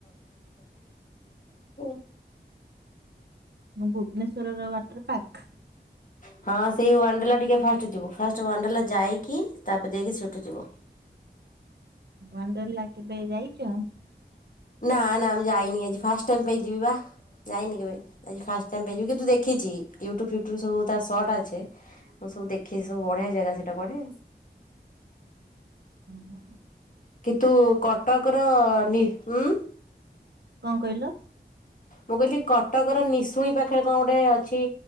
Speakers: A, on the left; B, on the right.
A: <inaudible>
B: ଭୁବ୍ନେଶ୍ୱର ର ୱାଟର୍ ପାକ୍।
A: ହଁ, ସେଇ ୱାଣ୍ଡେଲା ଟିକେ ଫାଷ୍ଟ ଯିବୁ। ଫାଷ୍ଟେ ୱାଣ୍ଡେଲା ଯାଇକି, ତା'ପ ଯାଇକି ସେଠୁ ଯିବୁ।
B: ଣ୍ଡେଲା କେବେ ଯାଇଚ?
A: ନା ନା, ମୁଁ ଯାଇନି। ଆଜି ଫାଷ୍ଟ୍ ଟାଇମ୍ ପାଇଁ ଯିବି ବା। ଯାଇନି କେବେ, ଆଜି ଫାଷ୍ଟ୍ ଟାଇମ୍ ପାଇଁ ଯିବି। କିନ୍ତୁ ଦେଖିଚି, ୟୁଟୁବ୍‌ ଫ୍ୟୁଟୁବ୍ ସବୁ ତା ଟା ଅଛେ। ମୁଁ ସବୁ ଦେଖି ବଢ଼ିଆ ଜାଗା ସେଟା କୁଆଡ଼େ।
B: ହୁଁ ହୁଁଁ।
A: କିତୁ କଟକ୍ ର ଉଁ
B: ଙ୍କ କଇଲ?
A: ମୁଁ, କଇଲି କଟକର ନିଶୁଣି ପା---ରେ କ'ଣ ଗୋଟେ ଅଛି।